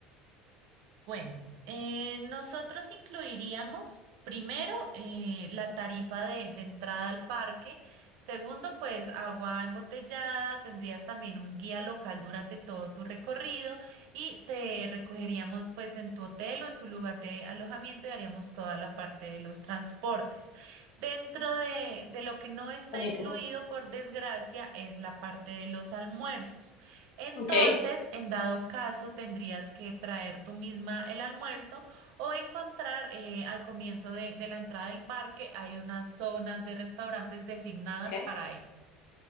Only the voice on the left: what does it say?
Buenísimo.
Ok,
ok.